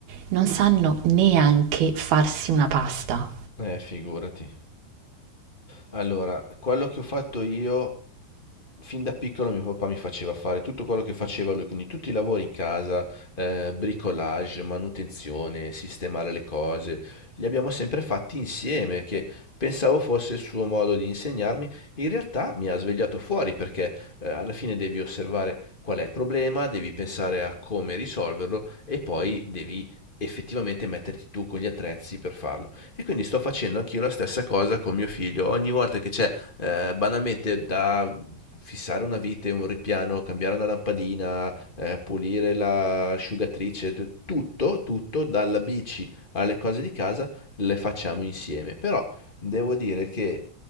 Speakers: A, on the right; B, on the left.
A: non sanno neanche farsi una pasta.
B: Eh, figurati. Allora, quello che ho fatto io, fin da piccolo mio papà mi faceva fare tutto quello che faceva lui, quindi tutti i lavori in casa, eh, bricolage, manutenzione, sistemare le cose, li abbiamo sempre fatti insieme, che pensavo fosse il suo modo di insegnarmi, in realtà mi ha svegliato fuori perché eh, alla fine devi osservare qual è il problema, devi pensare a come risolverlo e poi devi effettivamente metterti tu con gli attrezzi per farlo. E quindi sto facendo anch'io la stessa cosa con mio figlio. Ogni volta che c'è eh, banalmente da fissare una vite, un ripiano, cambiare una lampadina, eh, pulire l'asciugatrice, t- tutto, tutto, dalla bici alle cose di casa, le facciamo insieme. Però devo dire che